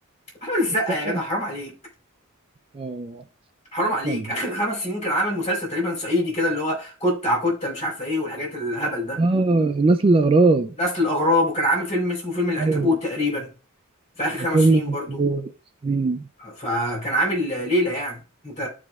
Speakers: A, on the left (about 35°); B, on the right (about 25°).
A: احمد السقا
B: السقا
A: يا جدع حرام عليك
B: اه
A: حرام عليك
B: يلا
A: اخر خمس سنين كان عامل مسلسل تقريبا صعيدي كده اللي هو كت على كت اللي مش عارفه ايه والحاجات الهبل ده
B: اه الناس الأغراب
A: نسل الاغراب وكان عامل فيلم اسمه فيلم العنكبوت
B: ايوه
A: تقريبا في اخر خمس
B: وفيلم
A: سنين
B: الكبير.
A: برضو
B: أمم.
A: فكان عامل ليله يعني انت